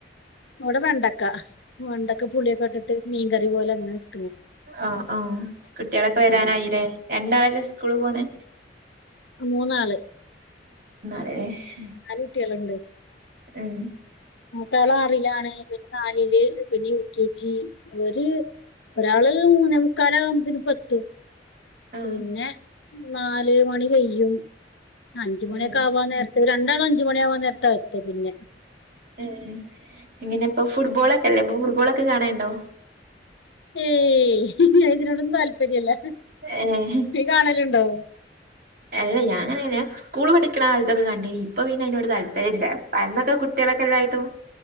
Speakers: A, on the left (about 80°); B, on the right (about 55°).
A: ഇവിടെ വെണ്ടക്ക വെണ്ടക്ക പുളിയൊക്കെ ഇട്ടിട്ട് മീകറി പോല്ലെ അങ്ങനെ വെച്ച
B: ആ ആ കുട്ടികളൊക്കെ വരാനായില്ലേ
A: ഉം
B: രണ്ടാൾ അല്ലെ സ്കൂളൾ പോണെ
A: മൂന്നാള്
B: ഏ
A: നാലുട്ടികൾ ഉണ്ട്‌
B: മം
A: മുത്താൾ ആറിലാണ് പിന്നെ നാലിൽ പിന്നെ യു കെ ജി ഒരു ഒരാള് മൂന്നേമുക്കാൽ ആകുമ്പോതതേന് ഇപ്പോത്തും
B: ആഹ്
A: പിന്നെ നാല് മണി കയ്യും അഞ്ചു മണിയൊക്കെ
B: ഉം
A: ആവാ നേര രണ്ടാളും അഞ്ചുമണിയ ആവാൻ നേരത്തെ എത്തു പിന്നെ
B: ഏ ഇങ്ങനെ ഇപ്പൊ ഫുട്ബോളൊക്കെല്ലേ ഇപ്പൊ ഫുട്ബോളോക്കെ കാണാനുണ്ടോ
A: ഏയ് ഇതിനോടൊന്നും താല്പര്യല്ല
B: ഏഹ്
A: നി കാണലുണ്ടോ
B: അല്ല ഞാനങ്ങനെ സ്കൂൾ പഠിക്കണ കാലത്തൊക്കെ കണ്ടിന് ഇപ്പൊ പിന്നെ അതിനോട് താല്പര്യമില്ല അന്നൊക്കെ കുട്ടിക മൊക്കെ എല്ലായിട്ടും